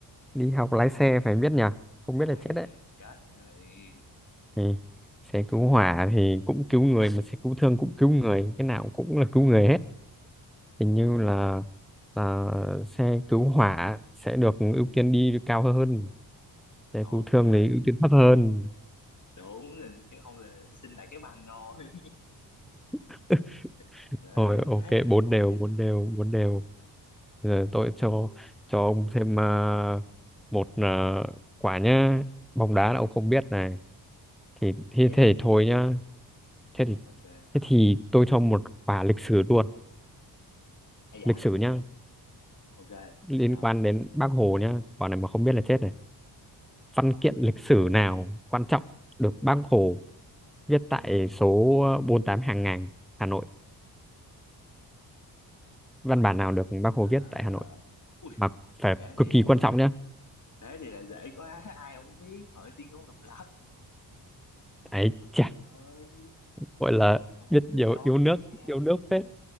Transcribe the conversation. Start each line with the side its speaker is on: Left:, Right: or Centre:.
Centre: đi học lái xe phải biết nhỉ
Left: một bằng
Centre: không
Left: lái
Centre: biết là chết đấy
Left: à, chết rồi
Centre: ừ. xe cứu hỏa thì cũng cứu người mà xe cứu thương cũng cứu người cái nào cũng là cứu người hết hình như là là xe cứu hỏa sẽ được ưu tiên đi cao hơn thế
Left: ok
Centre: cứu thương thì ưu tiên thấp hơn
Left: đúng là chứ không là xin lại cái bằng rồi
Centre: <laughs>
Left: <laughs> đấy
Centre: thôi ok
Left: thế thì lại
Centre: bốn
Left: bốn
Centre: đều
Left: đều
Centre: bốn đều bốn đều giờ tôi cho cho ông thêm à, một à, quả nhá bóng đá là ông không biết này thì thì
Left: à dạ
Centre: thể thôi nhá thế thì
Left: ok
Centre: thế thì tôi cho một quả lịch sử luôn
Left: à dạ
Centre: lịch sử nhá
Left: ok
Centre: liên
Left: sao
Centre: quan đến Bác Hồ nhá quả này mà không biết là chết này văn kiện lịch sử nào quan trọng được Bác Hồ viết tại số 48 hàng ngàn Hà Nội văn bản nào được Bác Hồ
Left: À,
Centre: viết tại Hà Nội
Left: ui
Centre: mà phải
Left: thế thì
Centre: cực kỳ
Left: lại
Centre: quan
Left: dễ
Centre: trọng nhá
Left: thế thì lại dễ quá ai không biết hỏi tuyên ngôn độc lập trời
Centre: ấy chà
Left: ơi
Centre: gọi là
Left: con
Centre: biết nhiều
Left: đứa con
Centre: yêu nước
Left: Việt Nam
Centre: yêu nước phết
Left: mà.